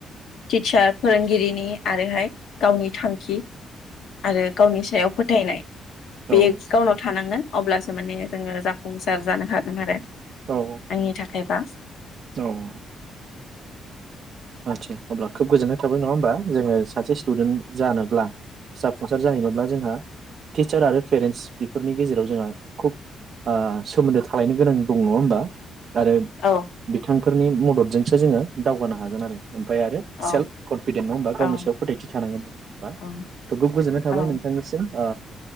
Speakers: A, on the left; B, on the right.
A: टिचार फोरोंगिरिनि आरोहाय गावनि थांखि आरो गावनि सायाव फोथायनाय
B: औ
A: बे गावनाव थानांगोन अब्लासो माने जोङो जाफुंसार सार जानो हागोन आरो।
B: औ
A: आंनि थाखायबा
B: औ औ आतसा अब्ला खोब गोजोननाय थाबाय नङा होमबा जोङो सासे स्टुडेन्ट जानोब्ला जाफुंसार जाहैनोब्ला जोंहा टिचार आरो पेरेन्टस बेफोरनि गेजेराव जोंहा खोब ओ सोमोन्दो थालायनो गोनां दं नङा होमबा? आरो
A: औ
B: बिथां फोरनि मददजोंसो जोङो दावगानो हागोन आरो। ओमफाय आरो
A: औ
B: सेल्फ कनफिदेन्ट नङा होमबा गावनि
A: औ
B: सायाव फोथायथि थानांगोन थ
A: औ
B: खोब‌ गोजोननाय थाबाय
A: औ
B: नोंथांनिसिम। ओ